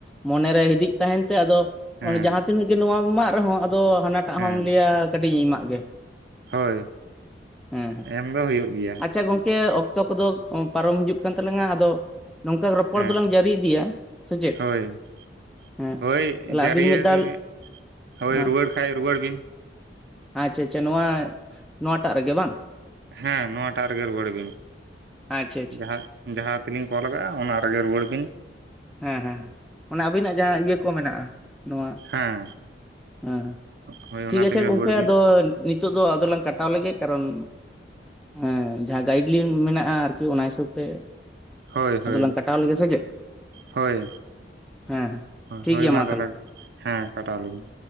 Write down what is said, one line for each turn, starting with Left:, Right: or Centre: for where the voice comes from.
Centre: ᱢᱚᱱᱮᱨᱮ ᱦᱤᱫᱤᱡ ᱛᱟᱦᱮᱸᱱ ᱛᱮ ᱟᱫᱚ
Right: ᱦᱮᱸ
Centre: ᱚᱱᱮ ᱡᱟᱦᱟᱸ ᱛᱤᱱᱟᱹᱜ ᱱᱚᱣᱟᱢ ᱮᱢᱟᱜ ᱨᱮᱦᱚᱸ ᱟᱫᱚ ᱦᱟᱱᱟᱴᱟᱜ
Right: ᱦᱮᱸ
Centre: ᱦᱚᱢ ᱞᱟᱹᱭᱟ ᱠᱟᱹᱴᱤᱡ ᱤᱧ ᱮᱢᱟᱜ ᱜᱮ᱾
Right: ᱦᱳᱭ
Centre: ᱦᱮᱸ ᱦᱮᱸ,
Right: ᱮᱢ ᱫᱚ ᱦᱩᱭᱩᱜ ᱜᱮᱭᱟ
Centre: ᱟᱪᱪᱷᱟ ᱜᱚᱝᱠᱮ, ᱚᱠ ᱛᱚ ᱠᱚᱫᱚ ᱯᱟᱨᱚᱢ ᱦᱤᱡᱩᱜ ᱠᱟᱱ ᱛᱟᱞᱟᱝᱟ ᱟᱫᱚ ᱱᱚᱝᱠᱟ ᱨᱚᱯᱚᱲ
Right: ᱦᱮᱸ
Centre: ᱫᱚᱞᱟᱝ ᱡᱟᱹᱨᱤ ᱤᱫᱤᱭᱟ ᱥᱮ ᱪᱮᱫ᱾
Right: ᱦᱳᱭ
Centre: ᱦᱮᱸ
Right: ᱦᱳᱭ
Centre: ᱛᱟᱦᱚᱞᱮ
Right: ᱡᱟᱹᱨᱤᱭᱟ
Centre: ᱟᱹᱵᱤᱱ ᱢᱤᱫ ᱫᱷᱟᱣ
Right: <unintelligible> ᱦᱳᱭ
Centre: ᱦᱮᱸ
Right: ᱨᱩᱩᱭᱟᱹᱲ ᱠᱷᱟᱡ ᱨᱩᱩᱭᱟᱹᱲ ᱵᱤᱱ᱾
Centre: ᱟᱪᱪᱷᱟ ᱟᱪᱪᱷᱟ ᱱᱚᱣᱟ ᱱᱚᱣᱟᱴᱟᱜ ᱨᱮᱜᱮ ᱵᱟᱝ?
Right: ᱦᱮᱸ ᱱᱚᱣᱟᱴᱟᱜ ᱨᱮᱜᱮ ᱨᱩᱣᱟᱹᱲ ᱵᱤᱱ
Centre: ᱟᱪᱪᱷᱟ ᱟᱪᱪᱷᱟ
Right: ᱡᱟᱦᱟᱸ ᱡᱟᱦᱟᱸ ᱛᱮᱞᱤᱧ ᱠᱚᱞ ᱠᱟᱜᱼᱟ ᱚᱱᱟ ᱨᱮᱜᱮ ᱨᱩᱣᱟᱹᱲ ᱵᱤᱱ᱾
Centre: ᱦᱮᱸ ᱦᱮᱸ ᱚᱱᱮ ᱟᱵᱤᱱᱟᱜ ᱡᱟᱦᱟᱸ ᱤᱭᱟᱹ ᱠᱚ ᱢᱮᱱᱟᱜᱼᱟ ᱱᱚᱣᱟ
Right: ᱦᱮᱸ
Centre: ᱦᱮᱸ ᱦᱮᱸ
Right: ᱦᱳᱭ
Centre: ᱴᱷᱤᱠ
Right: ᱚᱱᱟ
Centre: ᱟᱪᱷᱮ
Right: ᱛᱮᱜᱮ
Centre: ᱜᱚᱝᱠᱮ
Right: ᱨᱩᱣᱟᱹᱲ ᱵᱤᱱ
Centre: ᱟᱫᱚ ᱱᱤᱛᱚᱜ ᱫᱚ ᱟᱫᱚ ᱞᱟᱝ ᱠᱟᱴᱟᱣ ᱞᱮᱜᱮ ᱠᱟᱨᱚᱱ ᱦᱮᱸ ᱡᱟᱦᱟᱸ ᱜᱟᱭᱤᱰ ᱞᱟᱭᱤᱱ ᱢᱮᱱᱟᱜᱼᱟ ᱟᱨᱠᱤ ᱚᱱᱟ ᱦᱤᱥᱟᱹᱵ ᱛᱮ
Right: ᱦᱳᱭ ᱦᱳᱭ
Centre: ᱟᱫᱚᱞᱟᱝ ᱠᱟᱴᱟᱣ ᱞᱮᱜᱮ ᱥᱮ ᱪᱮᱫ
Right: ᱦᱳᱭ᱾
Centre: ᱦᱮᱸ ᱦᱮᱸ
Right: ᱦᱳ-ᱦᱳᱭ
Centre: ᱴᱷᱤᱠ ᱜᱮᱭᱟ
Right: ᱢᱟ ᱛᱟᱦᱞᱮ
Centre: ᱛᱟᱦᱚᱞᱮ
Right: ᱦᱮᱸ ᱠᱟᱴᱟᱣ ᱞᱮᱜᱮᱧ᱾